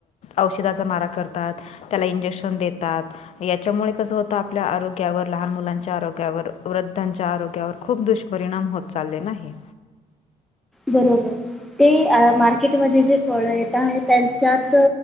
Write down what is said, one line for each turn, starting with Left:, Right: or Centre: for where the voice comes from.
Left: औषधाचा मारा करतात. त्याला इंजेक्शन देतात. याच्यामुळे कस होत आपल्या आरोग्यावर. लहान मुलांच्या आरोग्यावर, वृद्धांच्या आरोग्यावर खूप दुष्परिणाम होत चालले ना हे.
Centre: बरोबर. ते मार्केटमध्ये जे फळ येत आहे. त्यांच्यात